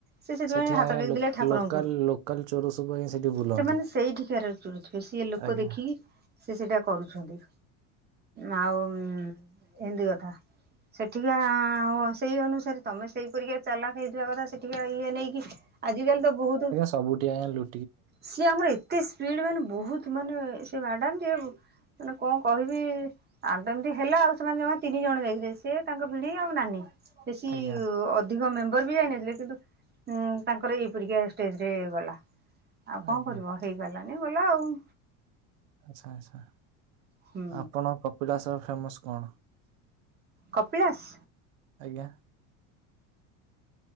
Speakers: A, on the right (about 25°); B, on the right (about 80°).
A: ସେ
B: ସେଥିପାଇଁ
A: ହାତ
B: ଆଜ୍ଞା
A: ଟେକି
B: ଲୋକ୍
A: ଦେଲେ ଠାକୁରଙ୍କୁ
B: ଲୋକାଲ୍ ଲୋକାଲ୍ ଚୋର ସବୁ ଆଜ୍ଞା ସେଠି ବୁଲନ୍ତି
A: ସେମାନେ ସେଇଠିକାର <unintelligible> ସିଏ ଲୋକ
B: ଆଜ୍ଞା।
A: ଦେଖିକି ସିଏ ସେଇଟା କରୁଛନ୍ତି। ଆଉ ଏମିତି କଥା। ସେଠିକା ସେଇ ଅନୁସାରେ, ତମେ ସେଇପରିକା ଚାଲାକ ହେଇଥିବା କଥା ସେଠ ଟିକା ଇଏ ନେଇକି ଆଜିକାଲି ତ ବହୁତ
B: ସବୁ ଠିଆ ହେଲୁ
A: ସିଏ ଆମର ଏତେ ସ୍ପିଡ ମାନେ, ବହୁତ ମାନେ ସେ ମ୍ୟାଡାମ ଯେ ମାନେ କଣ କହିବି? ଆଉ ଏମିତି ହେଲା ଆଉ, ସେମାନେ ଜମା ତିନି ଜଣ ଯାଇଥିଲେ ସେ ତାଙ୍କ ଭିଣେଇ ଆଉ ନାନୀ। ବେଶି
B: ଆଜ୍ଞା
A: ଅ ଅଧିକ ମେମ୍ବର ବି ଯାଇନଥିଲେ, କିନ୍ତୁ ଉଁ ତାଙ୍କର ଏଇ ପରିକା ଷ୍ଟେଜରେ ଗଲା। ଆଉ କଣ
B: ଆଜ୍ଞା
A: କରିବ, ହେଇପାରିଲାନି ଗଲା ଆଉ।
B: ଆଛା ଆଛା
A: ହୁଁ
B: ଆପଣଙ୍କ କପିଳାସର ଫେମସ କଣ?
A: କପିଳାସ?
B: ଆଜ୍ଞା।